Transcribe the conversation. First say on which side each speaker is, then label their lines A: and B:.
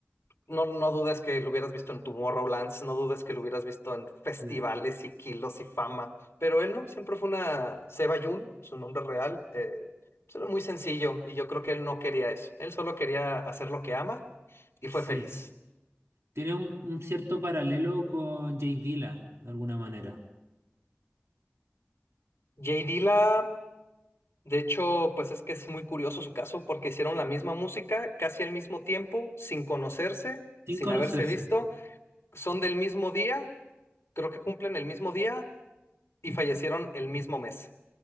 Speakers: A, on the left; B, on the right.
A: No, no dudes que lo hubieras visto en Tomorrowlands, no dudes que lo hubieras visto en festivales
B: Sí,
A: y kilos y fama, pero él no, siempre fue una Seba Yun, su nombre real, eh, pues era muy sencillo y yo creo que él no quería eso, él solo quería hacer lo que ama y fue
B: sí.
A: feliz.
B: Tiene un, un cierto paralelo con Jay Dilla, de alguna manera.
A: Jay Dilla, de hecho, pues es que es muy curioso su caso porque hicieron la misma música casi al mismo tiempo, sin conocerse,
B: Sin
A: sin
B: conocerse.
A: haberse visto, son del mismo día, creo que cumplen el mismo día y fallecieron el mismo mes.